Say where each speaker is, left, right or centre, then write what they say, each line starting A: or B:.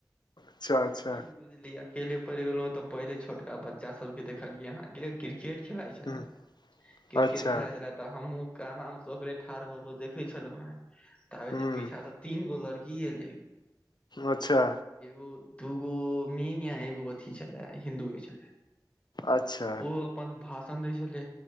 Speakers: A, on the left; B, on the left.
A: अच्छा अच्छा
B: ई कि बुझलियै अकेले पड़ गेलों ते पहिले छोटका बच्चा सब के देखलिये अहाँ के क्रिकेट खेलाइत छलै
A: हूँ
B: क्रिकेट
A: अच्छा
B: खेलाइत छलै तऽ हमहु काना मे सबरे ठाढ़ भऽ कऽ देखे छलों हें ताबेत
A: हूँ
B: इ पीछा से तीन गो लड़की की एलय।
A: अच्छा।
B: एगो दूगो मीन या एगो अथी छलै हिन्दूये छलै।
A: अच्छा
B: ओ अपन भाषण दै छले